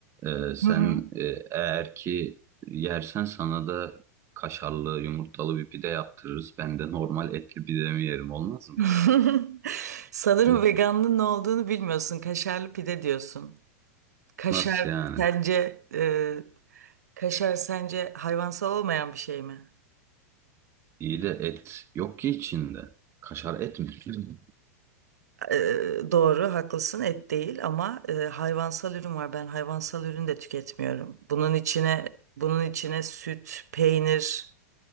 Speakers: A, on the right; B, on the right.
A: Ee, sen
B: Hı hı.
A: e, eğer ki yersen sana da kaşarlı yumurtalı bir pide yaptırırız. Ben de normal etli pidemi yerim olmaz mı?
B: <laughs> Sanırım
A: Hı.
B: veganlığın ne olduğunu bilmiyorsun. Kaşarlı pide diyorsun. Kaşar
A: Nasıl yani?
B: sence e, kaşar sence hayvansal olmayan bir şey mi?
A: İyi de et yok ki içinde. Kaşar et mi? Hı.
B: E, doğru, haklısın. Et değil ama e, hayvansal ürün var. Ben hayvansal ürün de tüketmiyorum. Bunun içine bunun içine süt, peynir,